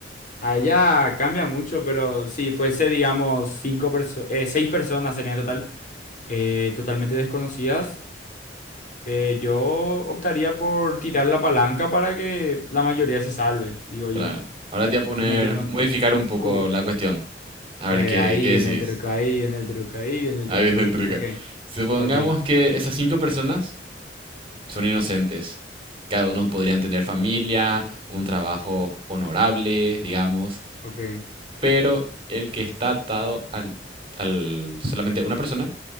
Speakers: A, on the left; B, on the right.
A: A ella cambia mucho, pero si fuese, digamos, cinco perso- eh, seis personas serían en total, eh, totalmente desconocidas, eh, yo optaría por tirar la palanca para que la mayoría se salve, digo yo.
B: claro. Ahora te voy a poner,
A: Si no tengo...
B: modificar un poco
A: Uh,
B: la cuestión. A
A: eh,
B: ver qué,
A: ahí
B: qué
A: viene
B: decides.
A: el truco, ahí viene el truco, ahí viene el
B: Ahí
A: truco.
B: viene el truco.
A: Ok,
B: Supongamos
A: ok,
B: que esas cinco personas son inocentes. Cada uno podrían tener familia, un trabajo honorable, digamos.
A: ok.
B: pero el que está atado al, al solamente una persona,